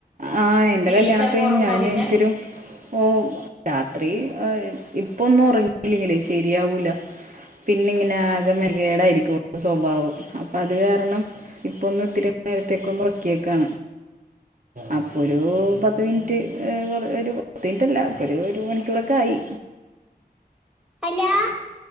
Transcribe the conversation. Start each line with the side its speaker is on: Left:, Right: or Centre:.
Right: ആ എന്റെ
Centre: ഇനി
Right: കല്യാണഒക്കെ
Centre: വീറ്റാകുമ്പോ
Right: കഴിഞ്ഞ്
Centre: ഉറങ്ങുവോ
Right: ഞാന്
Centre: പിന്നെ
Right: എനിക്കൊരു ഓ രാത്രി ഇപ്പൊന്നും ഉറങ്ങില്ലെങ്കിലേ ശരിയാവൂല്ല പിന്നെ ഇങ്ങനെ ആകെ മെന കേടായിരിക്കും സ്വഭാവം അപ്പൊ അത് കാരണം ഇപ്പ ഒന്ന് ഇത്തിരി നേരത്തേക്കൊന്ന് ഉറക്കിയക്കാണ് അപ്പൊ ഒരു പത്ത് മിനിറ്റ് എ ഒരു പത്ത് മിനിറ്റ്ല്ല അപ്പൊ ഒരു ഒരു മണിക്കൂറൊക്കെ ആയി
Centre: അല്ലാ